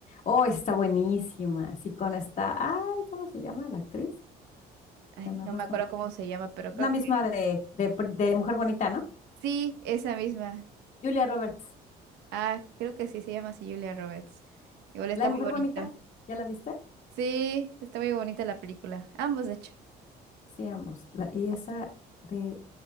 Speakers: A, on the left; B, on the right.
A: Oh, esa está buenísima. Sí, con esta, ay, ¿cómo se llama la actriz?
B: Ay,
A: Se me
B: no
A: fue
B: me
A: su
B: acuerdo
A: nombre.
B: cómo se llama, pero
A: Es
B: creo
A: La misma
B: que
A: de, de de Mujer Bonita, ¿no?
B: sí, esa misma.
A: Julia Roberts,
B: Ah, creo que sí, se llama así Julia Roberts. Igual está
A: la de
B: muy
A: Mujer
B: bonito.
A: Bonita, ¿ya la viste?
B: Sí, está muy bonita la película. Ambos, de hecho.
A: Sí, ambos. La- y esa de,